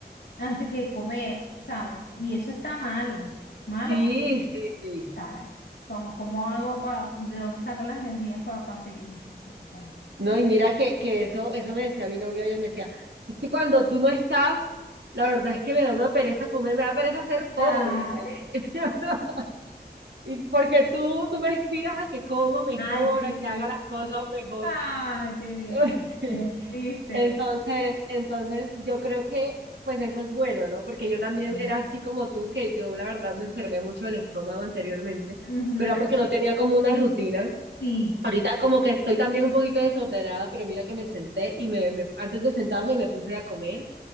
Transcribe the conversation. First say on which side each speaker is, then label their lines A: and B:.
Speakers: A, on the left; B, on the right.
A: antes que comer, ¿sabes? Y eso está malo, malo
B: sí,
A: porque,
B: sí, sí.
A: ¿sabes? Como, ¿cómo hago para, de dónde saco las energías para seguir? O sea.
B: No, y mira que, que eso, eso me decía mi novio ayer, me decía, es que cuando tú no estás, la verdad es que me da una pereza comer, me da pereza hacer todo,
A: Ay,
B: me dice. <laughs> Y porque tú, tú me inspiras a que coma mejor,
A: ay, qué
B: a
A: bien.
B: que haga las cosas mejor.
A: Ay, qué bien.
B: <laughs>
A: bien, ¿Viste?
B: Entonces, entonces yo creo que pues eso es bueno, ¿no? Porque yo también
A: Mm.
B: era así como tú, que yo la verdad me enfermé mucho del estómago anteriormente,
A: Ujú,
B: pero era
A: ah,
B: porque no tenía como una rutina.
A: sí.
B: Ahorita como que estoy también un poquito desordenada, pero mira que me senté y me, me- antes de sentarme me puse a comer